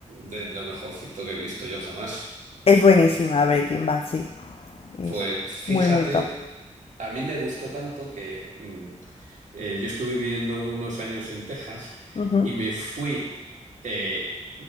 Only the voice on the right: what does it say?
De lo mejorcito que he visto yo jamás.
Pues fíjate,
a mí me gustó tanto que mm, eh, yo estuve viviendo unos años en Texas
y me fui, eh,